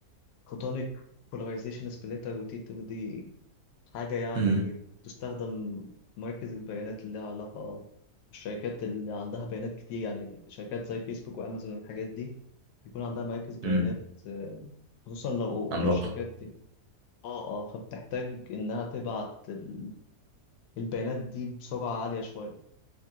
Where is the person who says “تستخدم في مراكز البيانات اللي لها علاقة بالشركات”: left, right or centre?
Left